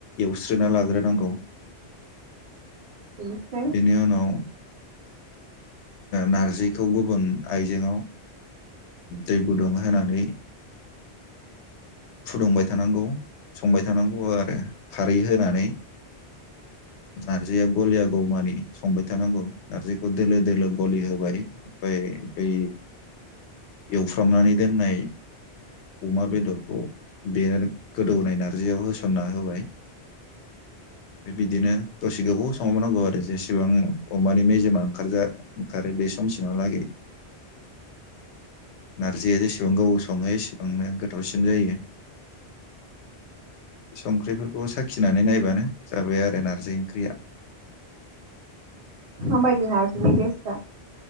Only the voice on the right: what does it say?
बेनिफ्राय
माबायदि नारजिनि टेस्टा